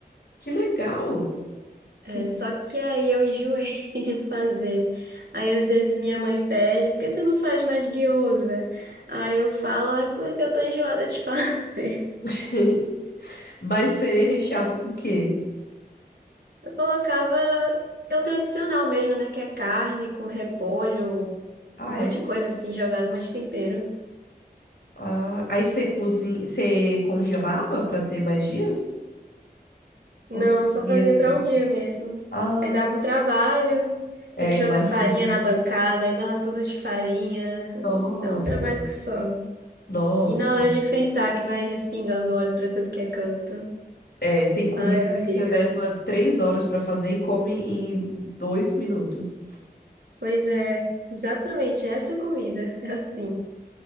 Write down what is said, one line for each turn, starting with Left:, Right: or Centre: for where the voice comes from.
Left: Que legal!
Right: é,
Left: Que...
Right: só que aí eu enjoei <laughs> de fazer. Aí às vezes minha mãe pede, por que você não faz mais guiosa? Aí eu falo, "Ah, é porque eu tô enjoada de fazer. <laughs>
Left: <laughs> Mas você recheava com o quê?
Right: Eu colocava, é o tradicional mesmo, né? Que é carne com repolho,
Left: Ah,
Right: um monte
Left: é?
Right: de coisa assim, jogada, um monte de tempero.
Left: Ah, aí você cozinha, você congelava para ter mais dias? Ou
Right: Não,
Left: você
Right: só
Left: comia
Right: fazia para
Left: tudo?
Right: um dia mesmo.
Left: Ah,
Right: Aí dava um trabalho,
Left: é,
Right: tem que jogar
Left: imagina.
Right: farinha na bancada, aí mela tudo de farinha.
Left: Nossa,
Right: Dá um trabalho que só.
Left: nossa.
Right: E na hora de fritar, que vai respingando óleo para tudo que é canto.
Left: É, tem comida
Right: Ai, é horrível.
Left: que você leva três horas para fazer e come em dois minutos.
Right: Pois é, exatamente essa comida. <laughs> É assim.